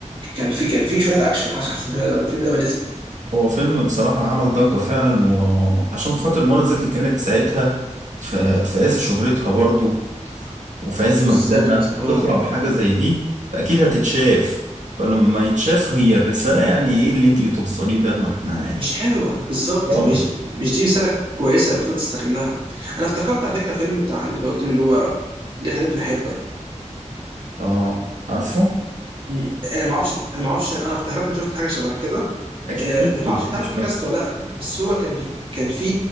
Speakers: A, on the right; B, on the right.
A: كان في كان في شويه اكشن حصل <laughs> بعد الفيلم ده ما نزل
B: هو فيلم بصراحة عمل ضجة فعلا وعشان خاطر منى زكي كانت ساعتها في في عز شهرتها برضه وفي عز مجدها
A: بالظبط
B: وتطلع
A: اه
B: بحاجة زي دي فأكيد هتتشاف فلما يتشاف هي الرسالة يعني ايه اللي انت بتوصليه ده ما احنا يعني
A: مش حلوه بالظبط
B: خالص
A: مش مش دي رساله كويسه المفروض تستغلها انا افتكرت على فكره فيلم بتاع اللي انت قلت له اللي هو اللي خلتني احبك
B: اه عارفه
A: م- انا ما اعرفش انا ما اعرفش انا افتكرت اني شفت حاجه شبه كده
B: اكيد
A: آه،
B: شفته
A: ما اعرفش
B: بس
A: انت
B: مش
A: عارف الكاست
B: فاكر
A: ولا لا بس هو كان كان في